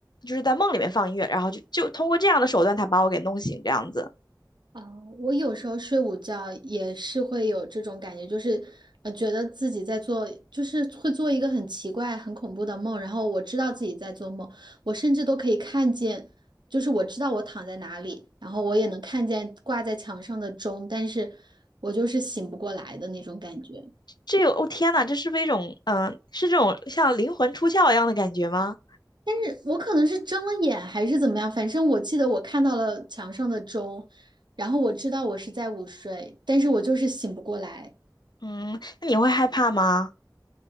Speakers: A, on the left; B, on the right.
A: 就是在梦里面放音乐，然后就就通过这样的手段才把我给弄醒这样子。
B: 啊，我有时候睡午觉也是会有这种感觉，就是呃，觉得自己在做，就是会做一个很奇怪、很恐怖的梦，然后我知道自己在做梦，我甚至都可以看见，就是我知道我躺在哪里，然后我也能看见挂在墙上的钟，但是我就是醒不过来的那种感觉。
A: 这有，哦天呐，这是不是一种，嗯、是这种像灵魂出窍一样的感觉吗？
B: 但是我可能是睁了眼还是怎么样，反正我记得我看到了墙上的钟，然后我知道我是在午睡，但是我就是醒不过来。
A: 嗯，那你会害怕吗？